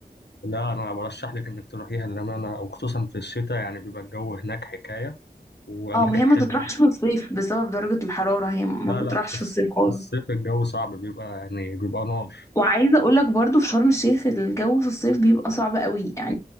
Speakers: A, on the left; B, on the left.
A: لا انا برشح لك انك تروحيها لان انا وخصوصا في الشتاء يعني بيبقى الجو هناك حكايه واماكن
B: اه ما هي ما
A: حلوه
B: تطرحش في الصيف بسبب درجة الحرارة هي ما
A: لا
B: تطرحش
A: لا في الص-
B: في الصيف خالص
A: في الصيف الجو صعب بيبقى يعني بيبقى نار
B: وعايزة اقول لك برضو في شرم الشيخ الجو في الصيف بيبقى صعب قوي يعني